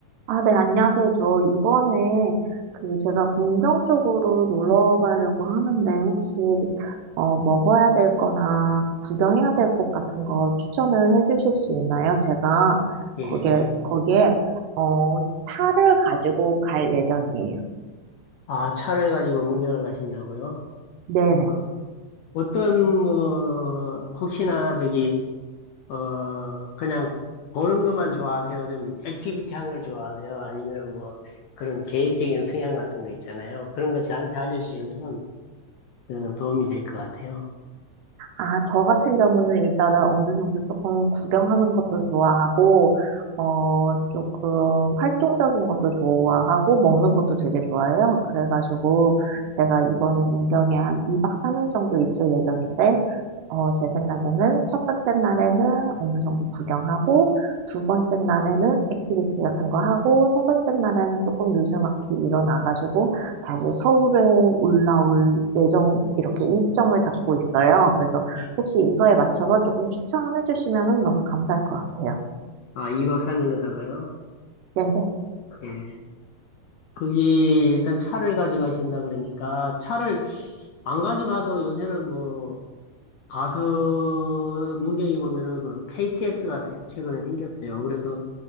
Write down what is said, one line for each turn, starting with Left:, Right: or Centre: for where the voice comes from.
Right: 아, 네, 안녕하세요. 저 이번에 그 제가 문경 쪽으로 놀러 가려고 하는데 혹시 어, 먹어야 될 거나 구경해야 될 곳 같은 거 추천을 해 주실 수 있나요? 제가
Left: 예.
Right: 거기에, 거기에 어, 차를 가지고 갈 예정이에요.
Left: 아, 차를 가지고 문경을 가신다고요?
Right: 네네.
Left: 어, 어떤, 뭐, 혹시나 저기, 어, 그냥 보는 것만 좋아하세요? 좀 액티비티 한 걸 좋아하세요? 아니면 뭐, 그런 개인적인 성향 같은 거 있잖아요. 그런 거 저한테 알려주시면은 어, 도움이 될 것 같아요.
Right: 아, 저 같은 경우는 일단은 어느 정도 조금 구경하는 것도 좋아하고, 어, 조금 활동적인 것도 좋아하고, 먹는 것도 되게 좋아해요. 그래가지고, 제가 이번에 문경에 한 2박 3일 정도 있을 예정인데, 어, 제 생각에는 첫 번째 날에는 어느 정도 구경하고, 두 번째 날에는 액티비티 같은 거 하고, 세 번째 날에는 조금 느즈막히 일어나가지고, 다시 서울에 올라올 예정, 이렇게 일정을 잡고 있어요. 그래서
Left: 예.
Right: 혹시 이거에 맞춰서 조금 추천해 주시면 너무 감사할 것 같아요.
Left: 아, 2박 3일로다가요?
Right: 네네.
Left: 예. 거기 일단 차를 가져가신다 그러니까 차를 안 가져가도 요새는 뭐 가서 문경이 보면은 그 KTX가 최근에 생겼어요. 그래서